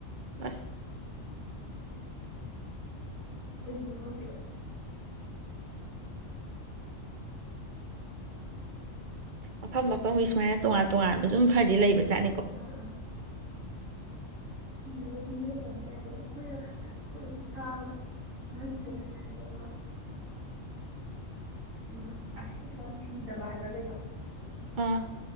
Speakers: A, on the right; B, on the right.
A: ꯑꯁ
B: ꯀꯩꯒꯤꯅꫭ ꯈꯪꯗꯦꯕ
A: ꯃꯐꯝ ꯃꯐꯝꯒꯤ ꯁꯨꯃꯥꯏꯅ ꯇꯣꯉꯥꯟ ꯇꯣꯉꯥꯟꯕ ꯁꯨꯝ ꯈꯔꯗꯤ ꯂꯩꯕ ꯖꯥꯠꯅꯤꯀꯣ
B: ꯑ ꯑ ꯁꯤꯔꯒ ꯑꯗꯨꯝ ꯂꯦꯞꯇꯕꯩ ꯇꯥꯏꯞꯇꯀꫭ ꯑꯩꯈꯣꯏꯅ <inaudible> ꯑꯩꯈꯣꯏꯅ ꯁꯨꯝ ꯇꯥꯕꯗ ꯑꯍꯟꯅꯁꯤꯅ ꯍꯥꯏꯕꯗ ꯑꯃ ꯎꯝ ꯑꯁꯤ ꯊꯣꯡ ꯊꯤꯟꯗꯕ ꯍꯥꯏꯕ꯭ꯔꯥ ꯀꯩꯩꯅꯣ
A: ꯑꯥ